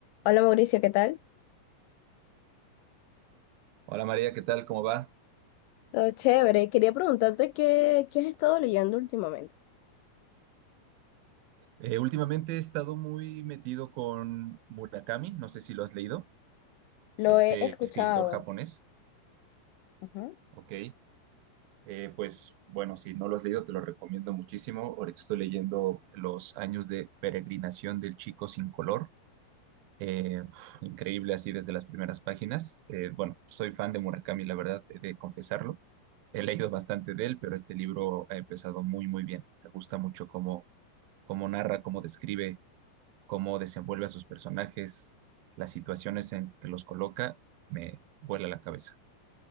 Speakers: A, on the left (about 80°); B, on the right (about 75°).
A: Hola Mauricio, ¿qué tal?
B: Hola María, ¿qué tal? ¿Cómo va?
A: Todo chévere. Quería preguntarte qué, qué has estado leyendo últimamente.
B: Eh, últimamente he estado muy metido con Murakami, no sé si lo has leído,
A: Lo
B: este
A: he escuchado.
B: escritor japonés.
A: Ujú.
B: Ok, Eh, pues bueno, si no lo has leído te lo recomiendo muchísimo. Ahorita estoy leyendo Los años de peregrinación del chico sin color. Eh, uf, increíble así desde las primeras páginas. Eh, bueno, soy fan de Murakami, la verdad, he de confesarlo. He leído bastante de él, pero este libro ha empezado muy, muy bien. Me gusta mucho cómo, cómo narra, cómo describe. cómo desenvuelve a sus personajes, las situaciones en que los coloca, me vuela la cabeza.